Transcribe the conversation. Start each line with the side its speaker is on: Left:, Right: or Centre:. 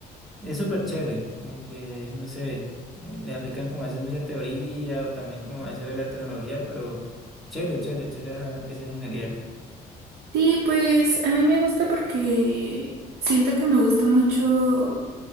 Centre: es súper chévere, como que, no sé, eh, le aplican como a veces mucha teoría o también como a veces la tecnología, pero chévere, chévere, chévere esa, esa ingeniería.
Right: Sí, pues a mí me gusta porque siento que me gusta mucho